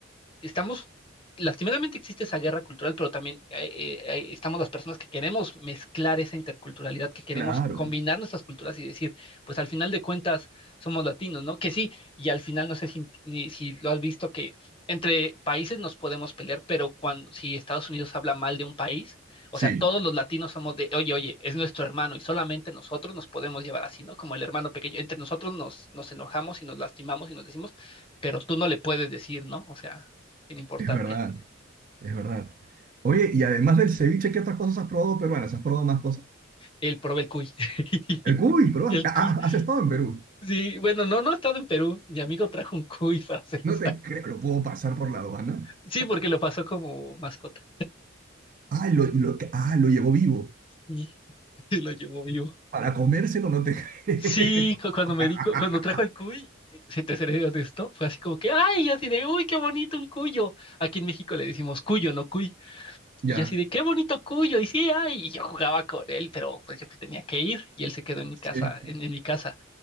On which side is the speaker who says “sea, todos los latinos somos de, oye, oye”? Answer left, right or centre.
Left